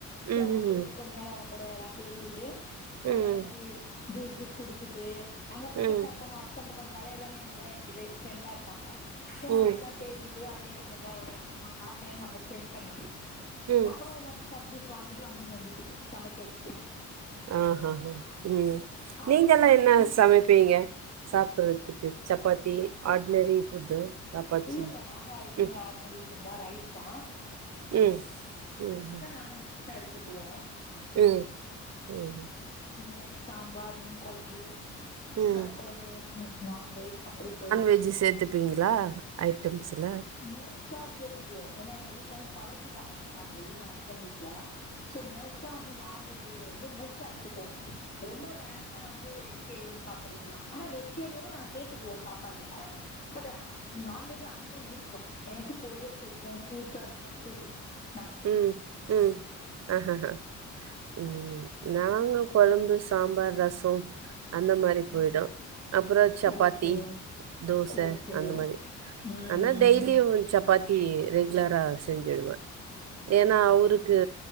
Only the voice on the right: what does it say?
ம்ஹ்ஹும்
ம்
ம்
ம்
ம்
ஆஹா ஹா ம்
நீங்க எல்லா
என்ன சமைப்பீங்க சாப்பட்றதுக்கு சப்பாத்தி ஆட்னரி ஃபுட்டு சப்பாத்தி
ம்
ம் ம்
ம் ம்ஹு
ம்
வெஜ்ஜி சேத்துப் பீங்களா ஐட்டம்ஸ்ல
ம் ம் அஹஹ ம் நாங்க கொழம்பு சாம்பார் ரசொ அந்த மாரி போய்டு
அப்றொ சப்பாத்தி
தோச
அந்த மாரி
ஆனா டெய்லி ஒரு சப்பாத் த்தி ரெகுலரா செஞ்சுடுவ ஏன்னா
அவருக்கு